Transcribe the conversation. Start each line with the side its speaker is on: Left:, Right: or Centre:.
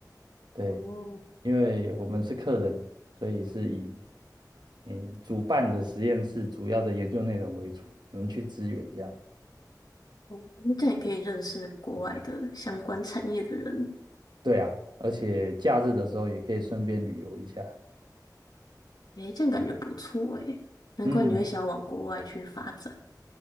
Right: 对，
Left: 哦，
Right: 因为我们是客人，所以是以嗯主办的实验室主要的研究内容为主，我们去支援这样。
Left: 哦那这样也可以认识国外的相关产业的人，
Right: 对啊，而且假日的时候也可以顺便旅游一下。
Left: 诶，这样感觉不错诶，难怪你会想要往国外去发展。
Right: 嗯。